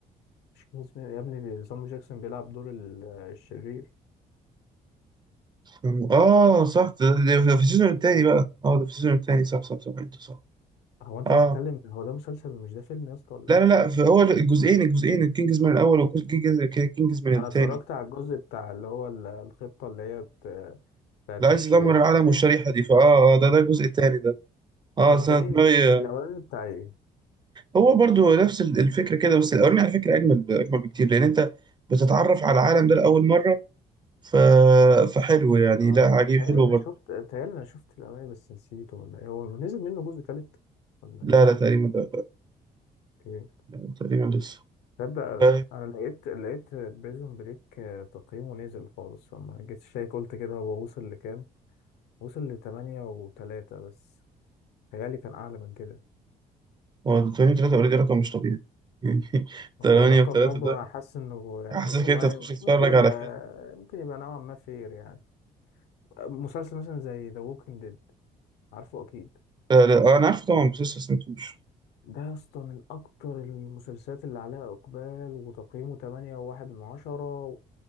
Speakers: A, on the left; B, on the right.
A: مش كان اسمه يا ابني صامويل جاكسون بيلعب دور ال- الشرير
B: سامو- آه صح ده, ده ده في السيزون التاني بقى آه ده في السيزون التاني صح صح صح أنت صح
A: هو انت
B: آه
A: بتتكلم هو ده مسلسل مش ده فيلم يا اسطى ولا
B: لا
A: ايه
B: لا لا فهو الجزئين الجزئين الكينجز مان الأول وكينجز مان التاني
A: انا اتفرجت على الجزء بتاع اللي هو ال- الخطة اللي هي بت- بتاعت
B: اللي عايز
A: الش-
B: يدمر
A: الشريحة
B: العالم والشريحة دي فآه آه، ده ده الجزء التاني ده آه
A: ده التاني
B: سنة دماغي
A: الاولاني
B: آه،
A: بتاع ايه
B: هو برضو نفس ال- الفكرة كده بس الأولاني على فكرة أجمل أجمل بكتير لأن أنت بتتعرف على العالم ده لأول مرة ف... فحلو يعني
A: اه
B: لا عجيب
A: تهيألي
B: حلو
A: انا
B: برضو
A: شفت تهيألي انا شفت الاولاني بس نسيته ولا ايه هو نزل منه جزء تالت ولا
B: لا لا تقريبا لا, لا,
A: ايه
B: لا تقريبا لسه
A: تصدق
B: ف-
A: انا لقيت لقيت بريزون بريك تقييمه نزل خالص فما جيت شايك قلت كده هو وصل لكام وصل لتمانية وتلاتة بس تهيألي كان أعلى من كده
B: هو 8 و3 أوريدي رقم مش طبيعي يعني <laughs> 8
A: هو رقم
B: و3
A: برضه
B: ده
A: أنا حاسس إنه يعني
B: حاسسك
A: والله
B: أنت تخش تتفرج
A: ممكن يبقى
B: على فيلم
A: ممكن يبقى نوعا ما فير يعني مسلسل مثلا زي ذا ووكينج ديد عارفه أكيد
B: لا, لا آه، أنا عارفه طبعا بس لسه ما سمعتوش
A: ده يا اسطى من اكتر المسلسلات اللي عليها اقبال وتقييمه 8.1 من عشرة و...